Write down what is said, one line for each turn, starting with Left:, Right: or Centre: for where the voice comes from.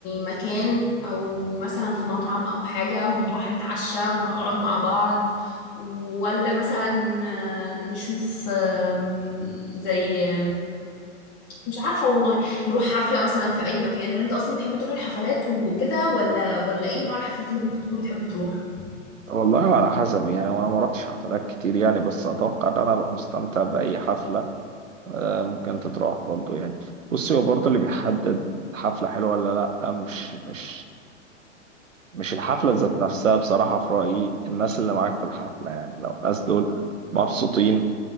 Left: مكان او مثلا في مطعم او حاجة ونروح نتعشى ونقعد مع بعض ولا مثلا آه، نشوف آم، زي آم، مش عارفة والله نروح حفلة مثلا في اي مكان هل انت اصلا بتحب تروح الحفلات وكده ولا ولا ايه نوع الحفلات اللي ممكن تكون بتحب تروح
Right: والله على حسب يعني وأنا ما رحتش حفلات كتير يعني بس أتوقع إن أنا أبقى مستمتع بأي حفلة آه ممكن تتراح برضه يعني بصي هو برضه اللي بيحدد حفلة حلوة ولا لأ مش مش مش الحفلة ذات نفسها بصراحة في رأيي الناس اللي معاك في الحفلة يعني لو الناس دول مبسوطين